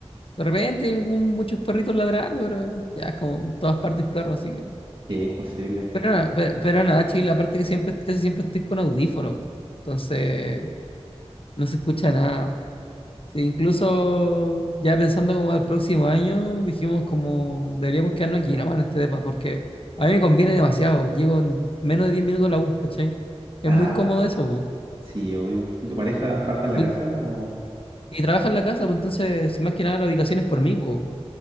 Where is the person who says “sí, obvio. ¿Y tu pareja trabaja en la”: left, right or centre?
Right